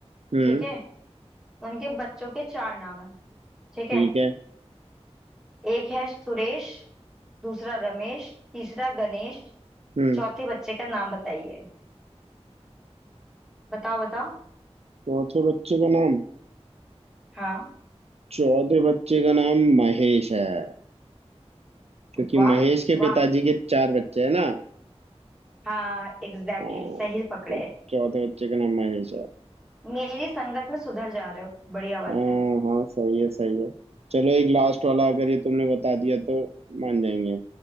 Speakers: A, on the right; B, in the centre.
A: हम्म
B: ठीक है उनके बच्चों के चार नाम है ठीक
A: ठीक
B: है
A: है
B: एक है सुरेश दूसरा रमेश तीसरा गणेश
A: हम्म
B: चौथे बच्चे का नाम बताइए बताओ बताओ
A: चौथे बच्चे का नाम
B: हाँ
A: चौथे बच्चे का नाम महेश है क्योंकि
B: वाह
A: महेश के
B: वाह
A: पिताजी के चार बच्चे हैं ना
B: हाँ एग्जैक्टली
A: हाँ
B: exactly, सही पकड़े
A: तो चौथे बच्चे का नाम महेश है
B: मेरी संगत में सुधर जा रहे हो बढ़िया बात
A: हाँ
B: है
A: हाँ सही है सही है चलो एक लास्ट वाला अगर ये तुमने बता दिया तो मान जाएंगे